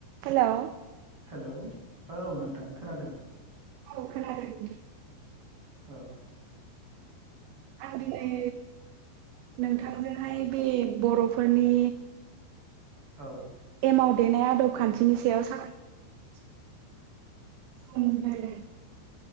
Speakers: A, on the right (about 75°); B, on the right (about 25°).
A: हेल'
B: hello औ नोंथां खोनादों।
A: औ खोनादों।
B: औ
A: आं दिनै नोंथांजोंहाय बे बर'फोरनि
B: औ
A: एमाव देनाया आदब खानथिनि सायाव सावरायनो <unintelligible>